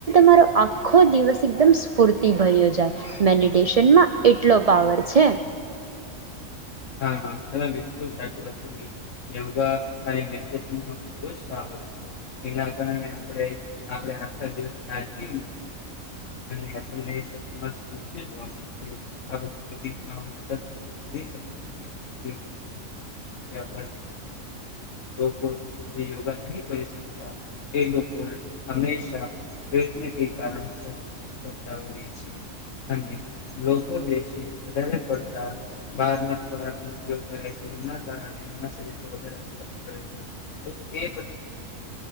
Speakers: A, on the right; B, on the left.
A: મારો આખો દિવસ એકદમ સ્ફૂર્તિ ભર્યો જાય, મેડીટેશન માં એટલો પાવર છે.
B: <unintelligible> <unintelligible> <unintelligible> ધતુ એ